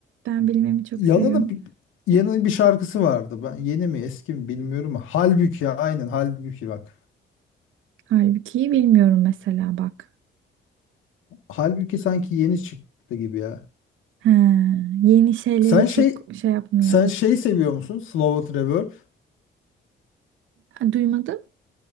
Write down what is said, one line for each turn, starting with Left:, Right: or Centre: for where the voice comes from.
Right: Ben bilmemi çok
Left: Yalanın
Right: seviyorum.
Left: bir, yeni bir şarkısı vardı. Ben yeni mi eski mi bilmiyorum ama Halbuki aynen Halbuki bak.
Right: Halbuki bilmiyorum mesela bak.
Left: Halbuki sanki yeni çıktı gibi ya.
Right: Ha, yeni şeyleri
Left: Sen şey
Right: çok şey yapmıyorum.
Left: sen şey seviyor musun? Slow It Reverb.
Right: Duymadım.